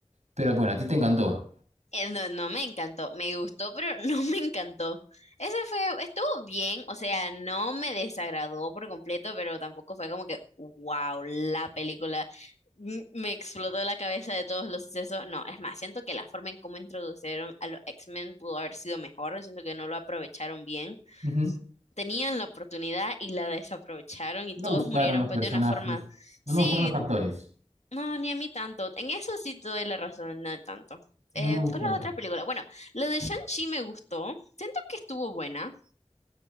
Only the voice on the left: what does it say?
Eh, No, no me encantó, me gustó, pero <laughs> no me encantó. Esa fue, estuvo bien, o sea, no me desagradó por completo, pero tampoco fue como que, wow, la película m- me explotó la cabeza de todos los sucesos. No, es más, siento que la forma en cómo introdujeron a los X-Men pudo haber sido mejor, siento que no lo aprovecharon bien.
tenían la oportunidad y la desaprovecharon y
todos
murieron
pues
de una forma.
Sí,
no, ni a mí tanto. En eso sí te doy la razón, no tanto.
Eh,
con las otras películas. Bueno, lo de Shang-Chi me gustó. Siento que estuvo buena.